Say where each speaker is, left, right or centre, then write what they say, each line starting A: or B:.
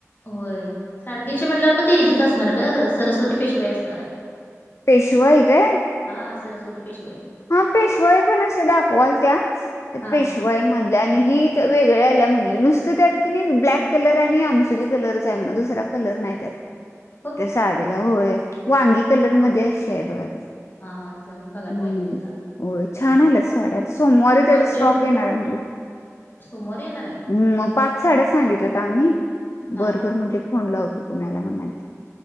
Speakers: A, on the left; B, on the left.
A: होय साडेतीनशे म्हटल्यावर मग ते हजीच असणार का सरस्वती पेशवाई असणार आहे.
B: पेशवाइ काय?
A: हा सरस्वती पेशिवाई.
B: हा पेशवाई पण असे दाखवाल त्या
A: हा
B: पेश आणि वेगळ्या आल्या म्हट नुसत त्यात ब्लॅक कलर आणि आ. कलरच आहे म्ह दुसरा कलर नाही त्या.
A: ह.
B: त्या साडीला होय वांगी कलर मध्ये अशी आहे बघा ती
A: हा हा जाऊन बघायला
B: हम्म
A: पाहिजेदा.
B: होय छान आलं साडे आ सोमवारी त्याचा
A: ऑर्डर
B: स्टॉक येणार अगली.
A: सोमवारी येणार आहे
B: ह मग पाच साड्या सांगितल्या तर आम्ही
A: हा
B: बरोबर म्हणजे फोन लावतो तुम्हाला म्हणाल.